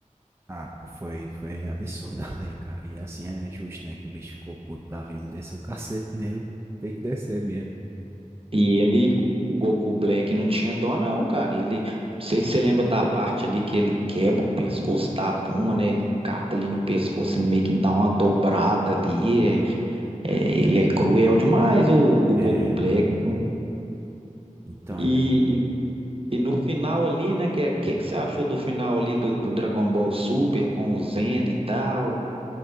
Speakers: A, on the right; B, on the right.
A: Ah, pô, foi, foi absurdo <laughs> ali, cara. E assim é justo, né? Que o bicho ficou puto da vida e desceu o <laughs> cacete nele. Tem que descer mesmo.
B: E ele, o o Goku Black não tinha dó não, cara. E ele, não sei se você lembra da parte ali que ele quebra o pescoço da Puma, né? Ele cata ali no pescoço e meio que dá uma dobrada ali. É, é, ele é cruel demais, o, o
A: É,
B: Goku Black,
A: mano.
B: né?
A: Então,
B: E,
A: é...
B: e, e no final ali, né? Que, é- que que você achou do final ali do, do Dragon Ball Super com o Zen e tal?